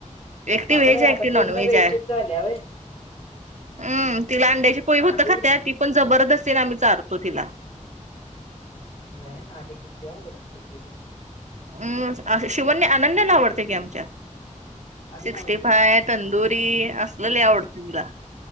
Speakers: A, on the right; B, on the left.
A: एकट
B: अगं
A: वेज
B: बाई
A: आहे
B: आता
A: एकट
B: पूर्ण
A: नॉन वेज
B: व्हेजच
A: आहे.
B: झाल्या व्हय
A: हम्म तिला अंड्याची पोळी होत
B: आधी
A: खात्या ती पण जबरदस्तीने आम्ही चारतो तिला.
B: वय आधी कितीवडत होतं की.
A: हम् शिवनी अनन्या आवडते की आमच्या.
B: अजून
A: सिक्स्टी
B: आवडतंय?
A: फाय तंदुरी असलं लय आवडते तुला.